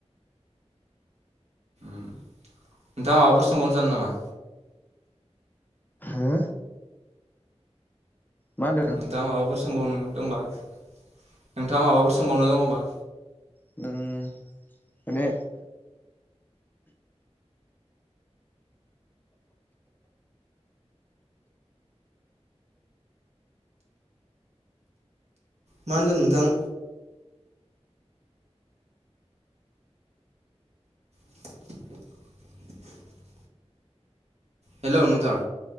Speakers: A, on the right; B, on the left.
A: नोंथाङा माबाफोर सोंबावनो जानो नामा?
B: हो मा होनदों नोंथां?
A: नोंथाङा माबाफोर सोंबावनो दंबा नोंथाङा माबाफोर सोंबावनो दङबा।
B: उम माने
A: मा होनदों नोंथां? <inaudible> हेल' नोंथां।